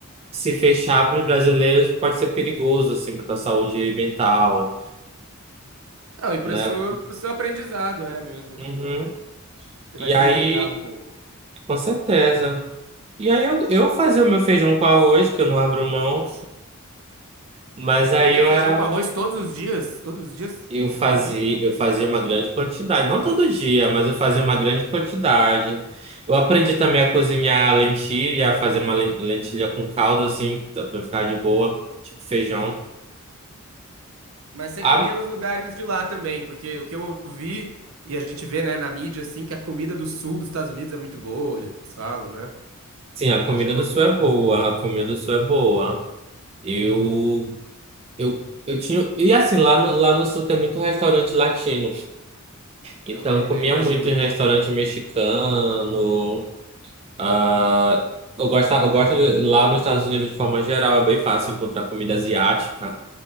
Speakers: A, on the right; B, on the right.
A: se fechar para os brasileiros pode ser perigoso, assim, para a saúde mental,
B: Não, e para
A: né?
B: o seu, pro seu aprendizado, é mesmo,
A: Uhum.
B: né? Você
A: E
B: vai se
A: aí,
B: limitar um pouco.
A: com certeza. E aí eu, eu fazia o meu feijão com arroz, que eu não abro mão, mas
B: Você comia
A: aí eu
B: feijão
A: era,
B: com arroz todos os dias? Todos os dias?
A: eu fazia,
B: Igual aqui?
A: eu fazia uma grande quantidade, não todo dia, mas eu fazia uma grande quantidade. Eu aprendi também a cozinhar lentilha, a fazer uma len- lentilha com caldo, assim, para ficar de boa, tipo feijão.
B: Mas você
A: Ah,
B: comia nos lugares de lá também, porque o que eu ouvi e a gente vê, né, na mídia, assim, que a comida do sul dos Estados Unidos é muito boa, eles falam, né?
A: sim, a comida
B: Você chegou
A: do sul
B: a comer?
A: é boa, a comida do sul é boa. Eu, eu, eu tinha. E assim, lá no, lá no sul tem muito restaurante latino. Então,
B: Também,
A: comia
B: né? Imagino.
A: muito em restaurante mexicano. ah eu gosto, eu gosto de- lá nos Estados Unidos, de forma geral, é bem fácil encontrar comida asiática.